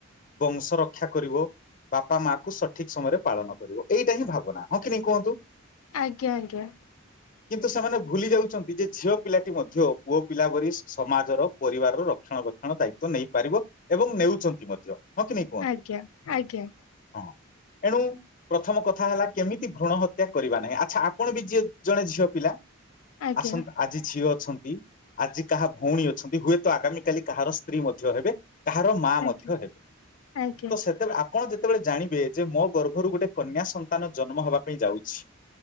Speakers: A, on the left; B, on the left.
A: ବଂଶ ରକ୍ଷା କରିବ ବାପା ମା କୁ ସଠିକ ସମୟରେ ପାଳନ କରିବ ଏଇଟା ହିଁ ଭାବନା ହଁ କି ନି କୁହନ୍ତୁ।
B: ଆଜ୍ଞା ଆଜ୍ଞା
A: କିନ୍ତୁ ସେମାନେ ଭୁଲି ଯାଉଛନ୍ତି। ନିଜ ଝିଅ ପିଲାଟି ମଧ୍ୟ ପୁଅ ପିଲା ପରି ସମାଜର ପରିବାରର ରକ୍ଷଣାବେକ୍ଷଣ ଦାୟିତ୍ଵ ନେଇପାରିବ ଏବଂ ନେଉଛନ୍ତି ମଧ୍ୟ ହଁ କି ନେଇ କୁହନ୍ତୁ
B: ଆଜ୍ଞା ଆଜ୍ଞା
A: । ହଁ ଏଣୁ ପ୍ରଥମ କଥା ହେଲା କେମିତି ଭ୍ରଣ ହତ୍ୟା କରିବା ନାହିଁ ଆଚ୍ଛା ଆପଣ ବି ଯିଏ ଜଣେ ଝିଅ ପିଲା
B: ଆଜ୍ଞା
A: ଆସନ୍ତୁ ଆଜି ଝିଅ ଅଛନ୍ତି। ଆଜି କାହା ଭଉଣୀ ଅ ଛନ୍ତି। ହୁଏତ ଆଗାମୀ କାଲି କାହାର ସ୍ତ୍ରୀ ମଧ୍ୟ ହେବେ କାହାର ମା
B: ଆଜ୍ଞା
A: ମଧ୍ୟ ହେବେ।
B: ଆଜ୍ଞା
A: ତ ସେତେବେଳେ ଆପଣ ଯେ ଯେତେବେଳେ ଜାଣିବେ ଯେ ମୋ ଗର୍ଭରୁ ଗୋଟେ କନ୍ୟା ସନ୍ତାନ ଜନ୍ମ ହେବା ପାଇଁ ଯାଉଛି